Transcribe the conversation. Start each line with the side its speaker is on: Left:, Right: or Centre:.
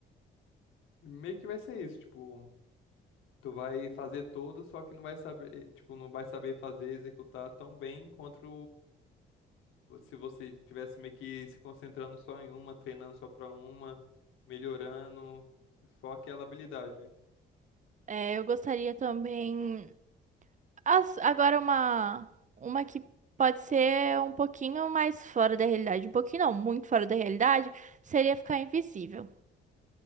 Left: Meio que vai ser isso, tipo. Tu vai fazer todo, só que não vai saber, eh, tipo, não vai saber fazer, executar tão bem quanto o- se você tivesse meio que se concentrando só em uma, treinando só pra uma, melhorando só aquela habilidade, né?
Right: É, eu gostaria também. As- agora, uma, uma que pode ser um pouquinho mais fora da realidade. Um pouquinho, não, muito fora da realidade, seria ficar invisível.